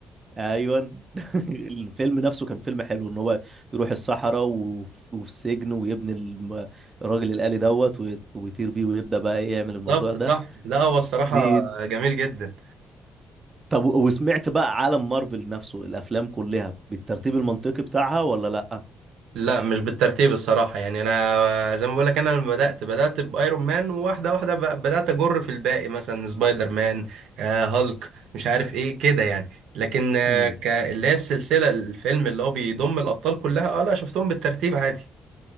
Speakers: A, on the right; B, on the right.
A: ايوه <laughs> الفيلم نفسه كان فيلم حلو ان هو يروح الصحراء وف- وفي سجن ويبني الم- الراجل الآلي دوت ويت- ويطير بيه ويبدأ بقى إيه يعمل
B: بالظبط
A: الموضوع ده
B: صح لا هو الصراحه
A: دي
B: جميل جدا
A: طب وسمعت بقى عالم مارفل نفسه الافلام كلها بالترتيب المنطقي بتاعها ولا لا
B: لا مش بالترتيب الصراحة يعني أنا زي ما بقولك أنا لما بدأت بدأت بأيرون مان وواحدة واحدة ب- بدأت أجر في الباقي مثلا سبايدر مان آه هالك مش عارف إيه كده يعني لكن آه
A: امم
B: ك- اللي هي السلسلة الفيلم اللي هو بيضم الأبطال كلها أه لا شفتهم بالترتيب عادي